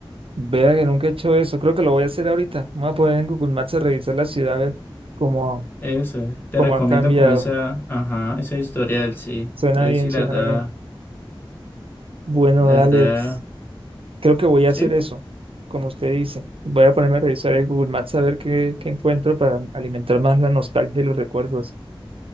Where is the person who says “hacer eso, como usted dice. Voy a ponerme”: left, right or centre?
Right